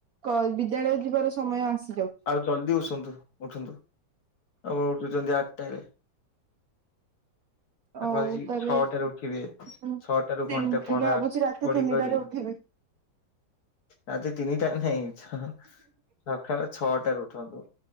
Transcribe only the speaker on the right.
କ ବିଦ୍ୟାଳୟ ଯିବାର ସମୟ ଆସେ।
ହଉ
ତାହେଲେ
ମୁଁ ତି
ଭାବୁଛି ରାତି
ତିନିଟାରେ
ଉଠିବି।